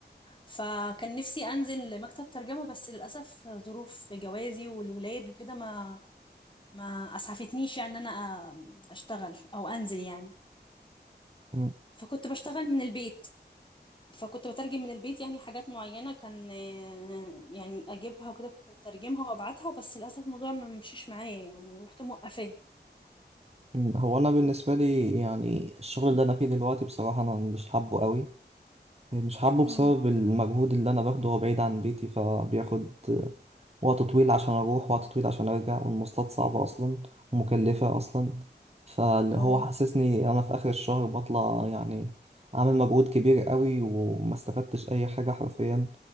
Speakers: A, on the left; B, on the right.
A: فكان نفسي انزل لمكتب ترجمة بس للاسف ظروف جوازي والولاد وكده ما ما اسعفتنيش يعني ان انا أ- اشتغل او انزل يعني
B: مم.
A: فكنت بشتغل من البيت فكنت بترجم من البيت يعني حاجات معينة كان آه، يعني اجيبها وكده كنت بترجمها وابعتها بس للاسف الموضوع ما مشيش معايا يعني ورحت موقفاه
B: مم. هو أنا بالنسبة لي يعني الشغل اللي أنا فيه دلوقتي بصراحة أنا مش حابه قوي مش حابه
A: امم
B: بسبب المجهود اللي انا باخده هو بعيد عن بيتي فبياخد وقت طويل عشان اروح وقت طويل عشان ارجع والمواصلات صعبة اصلا ومكلفة اصلا فاللي
A: اه
B: هو حسسني انا في اخر الشهر بطلع يعني عامل مجهود كبير قوي وما استفدتش اي حاجة حرفيا